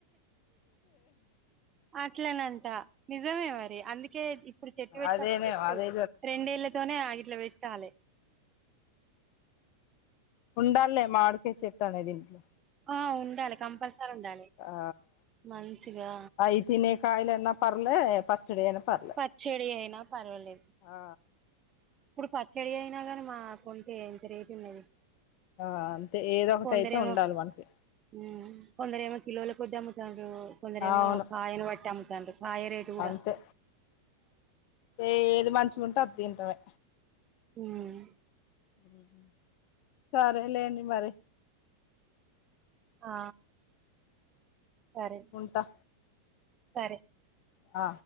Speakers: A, on the right (about 25°); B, on the left (about 45°).
A: అట్లనంట నిజమే మరి అందుక్ కె ఇప్పుడు చెట్టు పెట్టుకో
B: అదేనేమో
A: జస్ట్
B: అదే
A: రెండేళ్లతోనే ఆ ఇట్ల పెట్టాలె
B: ఉండాల్లె మావిడికాయ్ చెట్ అనేది ఇంట్లో
A: ఆ ఉండాలి కంపల్సరీ ఉండాలి
B: ఆ
A: మంచిగా
B: అవి తినే కాయలన్నా పర్లే పచ్చడి అయినా పర్లే
A: పచ్చడి అయినా పర్వాలేదు
B: ఆ
A: ఇప్పుడు పచ్చడి అయినా కానీ మా కొంటె ఎంత రేట్ ఉన్నది
B: ఆ అంతే ఏదో ఒకటి
A: కొందరేమో
B: అయితే ఉండాలి మనకి
A: మ్ కొందరేమో కిలోల కొద్ది అమ్ముతార్ ఇంగా కొందరేమో
B: అవును
A: కాయను పట్టి అమ్ముతాన్రు కాయ రేటు కూడ
B: అంతే ఏది మంచిగుంటే అది తింటమే
A: మ్
B: మ్ సరేలేండి మరి
A: ఆ సరే
B: ఉంటా
A: సరే
B: ఆ